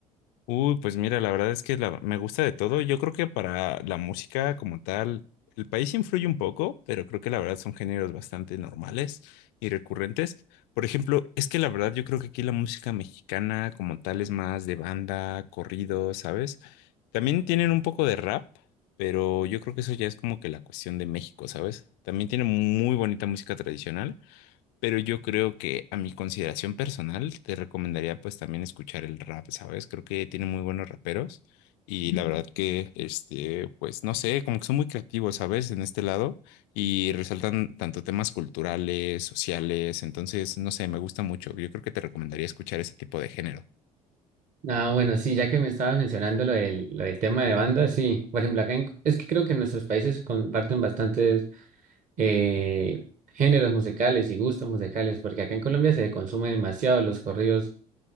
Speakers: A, on the left; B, on the right.
A: Uy, pues mira, la verdad es que la- me gusta de todo. Yo creo que para la música como tal, el país influye un poco, pero creo que la verdad son géneros bastante normales y recurrentes. Por ejemplo, es que la verdad yo creo que aquí la música mexicana como tal es más de banda, corrido, ¿sabes? También tienen un poco de rap, pero yo creo que eso ya es como que la cuestión de México, ¿sabes? También tienen muy bonita música tradicional. Pero yo creo que a mi consideración personal te recomendaría pues también escuchar el rap, ¿sabes? Creo que tiene muy buenos raperos y la Ujú. verdad que, este, pues no sé, como que son muy creativos, ¿sabes? En este lado y resaltan tanto temas culturales, sociales, entonces, no sé, me gusta mucho. Yo creo que te recomendaría escuchar ese tipo de género.
B: Ah, bueno, sí, ya que me estabas mencionando lo del, lo del tema de bandas, sí. Por ejemplo, acá en- es que creo que nuestros países comparten bastantes eh, géneros musicales y gustos musicales, porque acá en Colombia se consume demasiado los corridos,